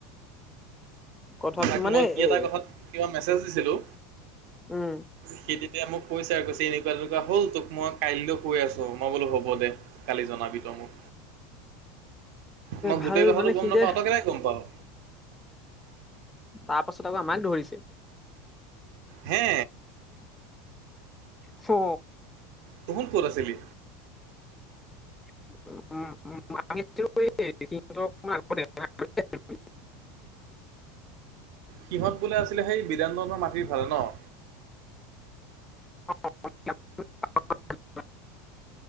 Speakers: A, on the left; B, on the right.
A: কথা
B: সিয়াক
A: মানে
B: মই কি
A: এ
B: এটা কথাত কিবা মেছেজ দিছিলোঁ।
A: উম
B: সেই তেতিয়া মোক কৈছে কৈছে এনেকুৱা এনেকুৱা হ'ল তোক মই কাইলৈ কৈ আছোঁ। মই বোলো হ'ব দে কালি জনাবি তই মোক। মই
A: ভাল
B: গোটেই কথাটো
A: মানে
B: গম
A: সিহঁতে
B: নাপাওঁ তই কেনেক গম পাওঁ।
A: তাৰপাছত আকৌ আমাক ধৰিছে।
B: হে।
A: চো।
B: তুহুন ক'ত আছিলি।
A: <unintelligible>
B: সিহঁত বোলে আছিলে সেই বিদানন্দনৰ মাটিৰ ফালে নহ।
A: <unintelligible>